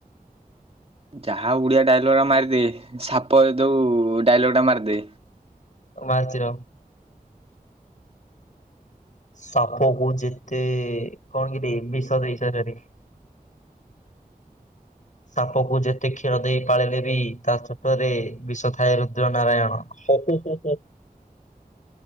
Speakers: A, on the right; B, on the left.
A: ଯାହା ହଉ ଓଡିଆ ଡାଇଲଗ ଟା ମାରିଦେ ସାପ ଦଉ ଡାଇଲଗଟା ମାରିଦେ।
B: ମାର୍ଚର। ସାପ କୁ ଯେତେ କଣ କିରେ ବିଷ ଦେଇ ସରି ସରି ସାପ କୁ ଯେତେ କ୍ଷୀର ଦେଇ ପାଳିଲେ ବି ତା ଚୋଟରେ ବିଷ ଥାଏ ରୁଦ୍ର ନାରାୟଣ ହୁ ହୁ ହୁ ହୁ।